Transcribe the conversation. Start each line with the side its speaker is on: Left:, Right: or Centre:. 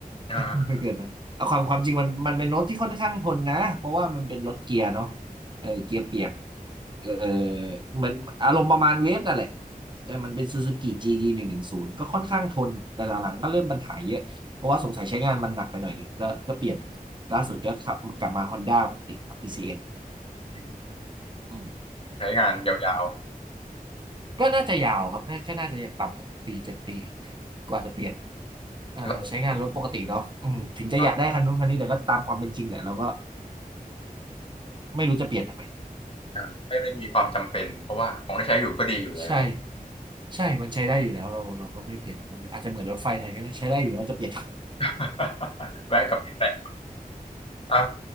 Left: อ่า
Right: <laughs> ไม่เกินนะเอาความความจริงมันมันเป็นรถที่ค่อนข้างทนนะเพราะว่ามันเป็นรถเกียร์เนาะเออเกียร์เปียกเออเหมือนอารมณ์ประมาณเวฟนั่นแหละเออมันเป็นซูซูกิ g ีดีหนึ่งหนึ่งศูนย์ก็ค่อนข้างทนแต่หลังๆก็เริ่มปัญหาเยอะเพราะว่าสงสัยใช้งานมันหนักไปหน่อยเลยก็ก็เปลี่ยนล่าสุดก็ขับกลับมาฮอนด้าปกติครับ PCX อกซ์
Left: อืม
Right: อืม
Left: ใช้งานยาว
Right: ก็น่าจะยาวครับน่าก็น่าจะอย่างต่ำหกปีเจ็ดปีกว่าจะเปลี่ยน
Left: ๆแล้ว
Right: อ่าใช้งานรถปกติเนาะอืมถึงจะอยากได้คันนู้นคันนี้แต่ก็ตามความเป็นจริงแหละเราก็
Left: ครับ
Right: ไม่รู้จะเปลี่ยนทำไม
Left: อ่าไม่ได้มีความจำเป็นเพราะว่าของที่ใช้อยู่ก็ดีอยู่แล้ว
Right: ใช่ใช่มันใช้ได้อยู่แล้วเราเราก็ไม่เปลี่ยนมันอาจจะเหมือนรถไฟไทยก็ได้ใช้ได้อยู่แล้วจะเปลี่ยน
Left: <laughs> แวะกลับไปแตะอ่า